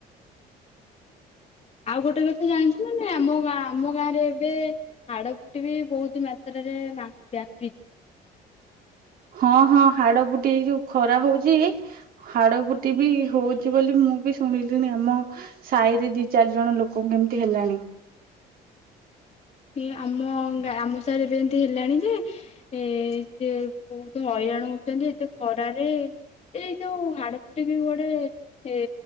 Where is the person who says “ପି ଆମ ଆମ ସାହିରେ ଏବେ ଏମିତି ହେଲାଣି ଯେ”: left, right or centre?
Left